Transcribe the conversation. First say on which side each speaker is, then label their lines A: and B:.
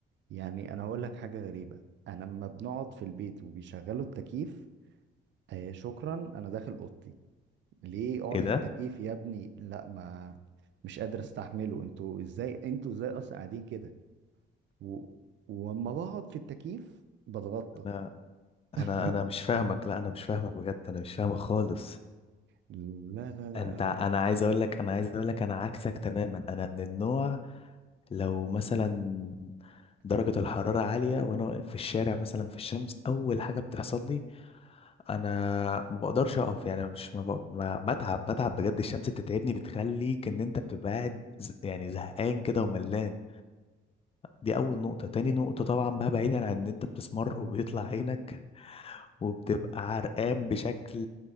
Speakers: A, on the right (about 65°); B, on the left (about 30°).
A: يعني انا هقول لك حاجه غريبه انا لما بنقعد في البيت وبيشغلوا التكييف آه شكرا انا داخل اوضتي ليه اقعد
B: ايه ده
A: في التكييف يا ابني لا ما مش قادر استحمله انتوا ازاي انتوا ازاي اصلا قاعدين كده و... وأما بقعد في التكييف بتغطى
B: انا انا
A: <laughs>
B: انا مش فاهمك لا انا مش فاهمك بجد انا مش فاهمك خالص
A: لا لا لا
B: انت انا عايز اقول لك انا عايز اقول لك انا عكسك تماما انا من النوع لو مثلا درجة الحرارة عالية وأنا واقف في الشارع مثلا في الشمس أول حاجة بتحصل لي أنا ما بقدرش أقف يعني مش ما بق... ما بتعب بتعب بجد الشمس بتتعبني بتخليك إن أنت بتبقى قاعد ز- يعني زهقان كده وملان دي أول نقطة تاني نقطة طبعا بقى بعيدا عن إن أنت بتسمر وبيطلع عينك وبتبقى عرقان بشكل